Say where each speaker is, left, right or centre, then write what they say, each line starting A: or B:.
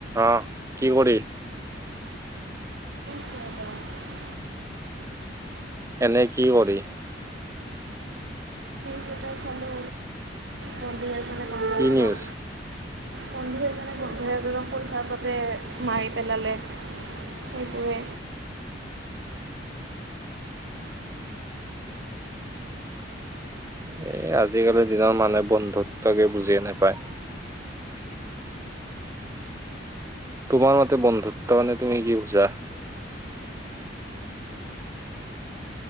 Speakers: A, on the right; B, on the right.
A: অঁহ কি কৰি?
B: <unintelligible>
A: এনেই কি কৰি?
B: জোটা চালো, বন্ধু এজনে বন্ধু
A: কি
B: এজনক,
A: নিউজ
B: বন্ধু এজনে বন্ধু এজনক পইচাৰ বাবে মাৰি পেলালে, সেইবোৰে।
A: এ আজিকালিৰ দিনৰ মানুহে বন্ধুত্ব কি বুজিয়ে নাপায়। তোমাৰ মতে বন্ধুত্ব মানে তুমি কি বুজা?